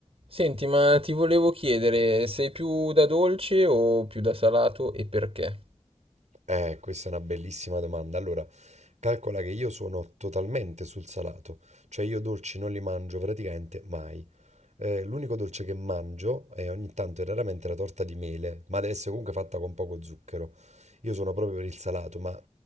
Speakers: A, on the right; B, on the right.
A: Senti, ma ti volevo chiedere, sei più da dolce o più da salato e perché?
B: Eh, questa è una bellissima domanda. Allora, calcola che io sono totalmente sul salato, cioè io dolci non li mangio praticamente mai. Eh, l'unico dolce che mangio è ogni tanto e raramente la torta di mele, ma deve essere comunque fatta con poco zucchero. Io sono proprio per il salato, ma